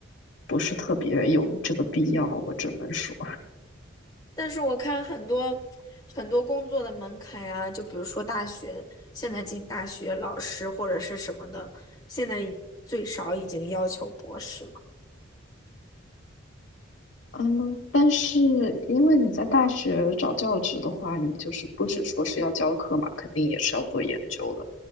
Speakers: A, on the left; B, on the left.
A: 不是特别有这个必要。我只能说，
B: 但是我看很多很多工作的门槛呀、就比如说大学，现在进大学老师或者是什么的，现在已最少已经要求博士了。
A: 嗯，但是因为你在大学找教职的话，你就是不只说是要教课嘛，肯定也是要做研究的。